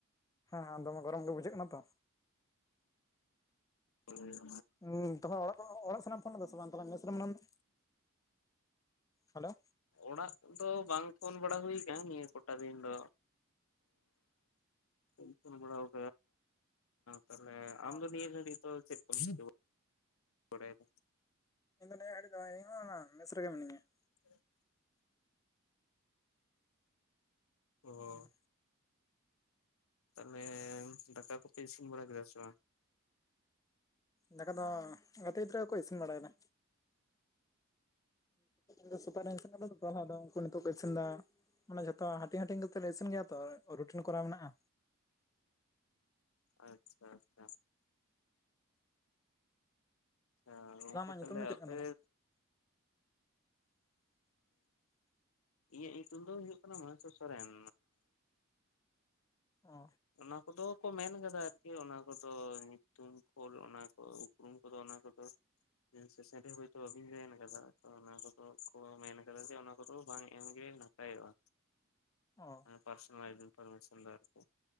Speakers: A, on the left; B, on the left.
A: ᱦᱮᱸ ᱫᱚᱢᱮ ᱜᱚᱨᱚᱢ ᱜᱮ ᱵᱩᱡᱷᱟᱹᱜ ᱠᱟᱱᱟ ᱛᱚ᱾
B: ᱦᱮ
A: ᱦᱮᱸ ᱛᱚᱠᱷᱚᱱ ᱚᱲᱟᱜ ᱚᱲᱟᱜ ᱥᱮᱱᱟᱜᱢ ᱯᱷᱳᱱᱫᱟ ᱥᱮ ᱵᱟᱝ ᱛᱚ ᱵᱮ ᱢᱮᱥ ᱨᱮ ᱢᱮᱱᱟᱢ ᱫᱚ? ᱦᱮᱞᱳ
B: ᱚᱲᱟᱜ ᱫᱚ ᱵᱟᱝ ᱯᱷᱳᱱ ᱵᱟᱲᱟ ᱦᱩᱭ ᱠᱟᱱᱟ ᱱᱤᱭᱟᱹ ᱠᱚᱴᱟ ᱫᱤᱱ ᱫᱚ ᱵᱟᱝ ᱯᱷᱚᱱ ᱵᱟᱲᱟ ᱦᱚᱜ ᱛᱟᱦᱮ ᱟᱢ
A: ᱚ
B: ᱫᱚ ᱱᱤᱭᱟᱹ ᱜᱟᱹᱲᱤᱠ ᱫᱚ ᱪᱮᱫ ᱠᱚᱢ ᱪᱤᱠᱟᱹ ᱵᱟᱲᱟᱭ ᱫᱟ?
A: ᱤᱧ ᱫᱚ ᱱᱤᱭᱟᱹ ᱫᱚ ᱢᱮᱤᱥᱨ ᱜᱮ ᱢᱮᱱᱟᱭᱟ ᱾
B: <inaudible> ᱚ
A: ᱦᱮᱸ
B: ᱛᱟᱦᱚᱞᱮ ᱫᱟᱠᱟ ᱠᱚᱯᱮ ᱤᱥᱤᱱ ᱵᱟᱲᱟ ᱠᱮᱫᱟ ᱥᱮ ᱵᱟᱝ?
A: ᱫᱟᱠᱟ ᱫᱚ ᱜᱟᱛᱮ ᱜᱤᱫᱽᱨᱟᱹᱠᱚ ᱤᱥᱤᱱ ᱵᱟᱲᱟᱭᱮᱫᱟ᱾ ᱯᱟ ᱥᱯᱟᱤᱧ ᱤᱥᱤᱱ ᱟᱠᱟᱫᱟᱯᱟᱦᱟ ᱫᱚ ᱩᱱᱠᱩ ᱱᱤᱛᱚᱜ ᱠᱚ ᱤᱥᱤᱱ ᱮᱫᱟ᱾ ᱢᱟᱱᱮ ᱡᱷᱚᱛᱚ ᱦᱟᱹᱴᱤᱧ -ᱦᱟᱹᱴᱤᱧ ᱠᱟᱛᱮᱽᱫ ᱞᱮ ᱤᱥᱤᱱ ᱜᱮᱭᱟ ᱛᱚ ᱨᱩᱴᱤᱱ ᱠᱚᱨᱟᱣ ᱢᱮᱱᱟᱜᱼᱟ᱾
B: ᱟᱪᱪᱷᱟ ᱟᱪᱪᱷᱟ ᱟᱪᱷᱟ ᱜᱚᱝᱠᱮ
A: ᱟᱢᱟᱜ
B: ᱛᱟᱦᱚᱞᱮ
A: ᱧᱩᱛᱩᱢ ᱫᱚ ᱪᱮᱫ
B: ᱟᱯᱮ
A: ᱠᱟᱱ ᱛᱟᱢᱟ <inaudible>
B: ᱤᱧᱟᱹᱜ ᱧᱩᱛᱩᱢ ᱫᱚ ᱦᱩᱭᱩᱜ ᱠᱟᱱᱟ, ᱢᱚᱦᱮᱥᱚᱨ ᱥᱚᱨᱮᱱ᱾
A: ᱚ
B: ᱚᱱᱟ ᱠᱚᱫᱚ ᱠᱚ ᱢᱮᱱ ᱠᱟᱫᱟ ᱟᱨᱠᱤ ᱚᱱᱟ ᱠᱚᱫᱚ ᱧᱩᱛᱩᱢ ᱠᱳᱞ ᱚᱱᱟ ᱠᱚ ᱩᱯᱨᱩᱢ ᱠᱚᱫᱚ ᱚᱱᱟ ᱠᱚᱫᱚ ᱥᱮᱥᱮᱱ ᱨᱮ ᱦᱳᱭᱛᱳ ᱵᱟᱵᱤᱱ ᱡᱚᱭᱮᱱ ᱠᱟᱫᱟ ᱛᱚ ᱚᱱᱟ ᱠᱚᱫᱚ ᱠᱚ ᱢᱮᱱ ᱠᱟᱫᱟ ᱡᱮ ᱚᱱᱟ ᱠᱚᱫᱚ ᱵᱟᱝ ᱮᱢᱜᱮ ᱱᱟᱯᱟᱭᱚᱜᱼᱟ
A: ᱚ
B: ᱯᱟᱨᱥᱚᱱᱟᱞ ᱤᱱ ᱯᱟᱨᱢᱮᱥᱚᱱ ᱫᱚ ᱟᱨᱠᱤ